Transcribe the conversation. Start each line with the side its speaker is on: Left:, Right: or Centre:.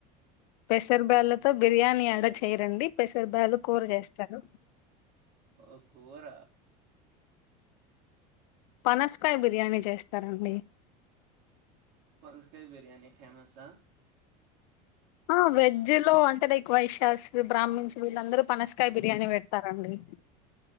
Left: పెసర్ బళ్లతో బిర్యానీ ఎడ చేయరండి పెసర్ బళ్లలు కూర చేస్తారు
Right: ఓ కూర
Left: పనస్కాయ బిర్యానీ చేస్తారండి
Right: పనస్కాయ బిర్యానీ ఫేమసా
Left: ఆ వెజ్ లో అంటే లైక్ వైషాస్ బ్రాహ్మన్స్ వీళ్ళందరూ పనస్కాయ బిర్యానీ పెడతారండి <inaudible>